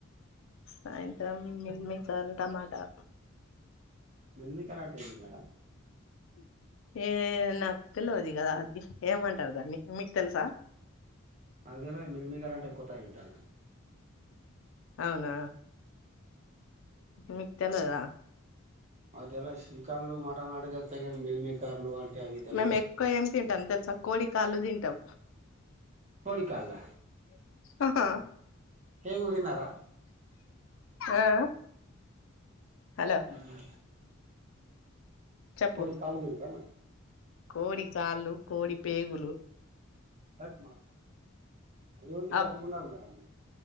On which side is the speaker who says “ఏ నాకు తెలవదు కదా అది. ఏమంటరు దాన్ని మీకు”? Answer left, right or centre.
Left